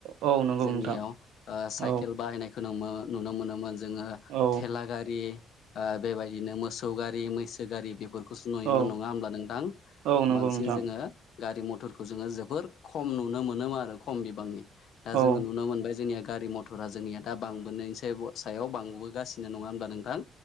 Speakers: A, on the right; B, on the left.
A: औ नंगौ
B: जोंनियाव
A: नोंथां
B: साइकेल
A: औ
B: बाहायनायखौ नुनो मोनोमोन जोङो
A: औ
B: लागारि बेबायदिनो मोसौ गारि मैसो गारि बेफोर खौसो नुयोमोन
A: औ
B: नङा होमब्ला नोंथां
A: औ नंगौ
B: बांसिन
A: नोंथां
B: जोङो गारि मथरखौ जोङो जोबोर खम नुनो मोनोमोन आरो खम बिबांनि दा
A: औ
B: जोङो नुना मोनबाय जोंनिया गारि मथर थुरा जोंनिया दा बांबोनायनि सायाव बांबोगासिनो नङा होमब्ला नोंथां।